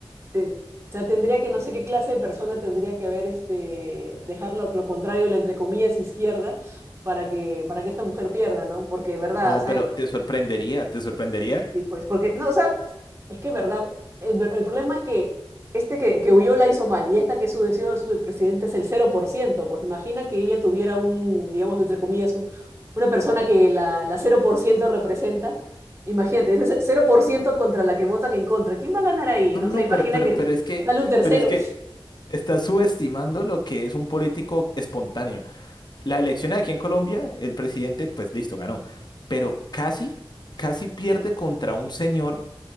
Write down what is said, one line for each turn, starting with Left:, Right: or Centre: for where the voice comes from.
Right: ten- o sea, tendría que, no sé qué clase de persona tendría que haber, este, dejar lo, lo contrario, la entre comillas izquierda, para que, para que esta mujer pierda, ¿no? Porque, ¿verdad?
Left: No,
Right: O sea,
Left: pero te sorprendería, te sorprendería.
Right: Sí, pues, porque, no, o sea, es que, verdad, el, ver- el problema es que este que, que huyó la hizo mal y esta que su decidió su presidente es el cero por ciento pues imagina que ella tuviera un, digamos, entre comillas, un- una persona que la, la cero por ciento representa. Imagínate, ese cero por ciento contra la que votan en contra. ¿Quién va a ganar ahí?
Left: No,
Right: No
Left: no,
Right: sé, imagina
Left: pero, pero,
Right: que
Left: pero es que,
Right: sale un tercero.
Left: pero es que estás subestimando lo que es un político espontáneo. La elección aquí en Colombia, el presidente, pues listo, ganó. Pero casi, casi pierde contra un señor